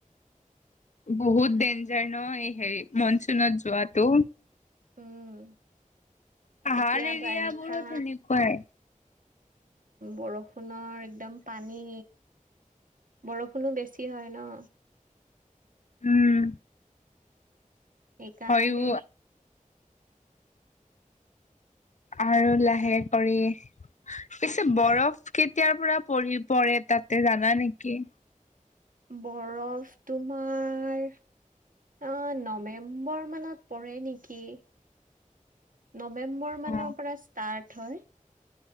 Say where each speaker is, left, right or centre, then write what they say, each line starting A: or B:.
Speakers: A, on the left (about 60°); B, on the right (about 80°).
A: বহুত ডেঞ্জাৰ ন এই হেৰি মনচুনত যোৱাটো।
B: উম,
A: পাহাৰ
B: এতিয়া
A: এৰিয়া
B: বাৰিষা
A: বোৰত সেনেকুৱাই
B: বৰষুণৰ একদম পানী। বৰষুণো বেছি হয় ন।
A: উম।
B: সেইকাৰণে
A: হয়ো আৰু লাহে কৰি পিছে বৰফ কেতিয়াৰ পৰা পৰি পৰে তাতে জানা নেকি?
B: বৰফ তোমাৰ অ', নৱেম্বৰ মানত পৰে নেকি? নৱেম্বৰ মানৰ
A: অ
B: পৰা ষ্টাৰ্ট হয়।